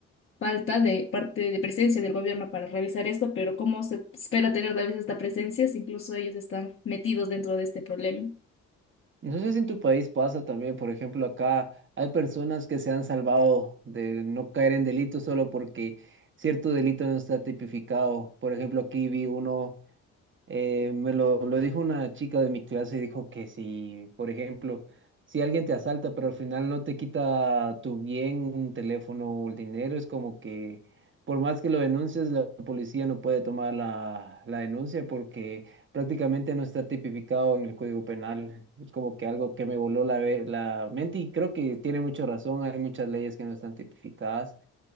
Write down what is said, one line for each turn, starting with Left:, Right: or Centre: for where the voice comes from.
Left: falta de parte de presencia del gobierno para realizar esto, pero ¿cómo se espera tener tal vez esta presencia si incluso ellos están metidos dentro de este problema?
Right: No sé si en tu país pasa también, por ejemplo, acá hay personas que se han salvado de no caer en delitos solo porque cierto delito no está tipificado. Por ejemplo, aquí vi uno Eh, me lo, lo dijo una chica de mi clase y dijo que si, por ejemplo, si alguien te asalta, pero al final no te quita tu bien, un teléfono o el dinero, es como que por más que lo denuncies, la policía no puede tomar la, la denuncia porque prácticamente no está tipificado en el Código Penal. Es como que algo que me voló la, ve- la mente y creo que tiene mucha razón, hay muchas leyes que no están tipificadas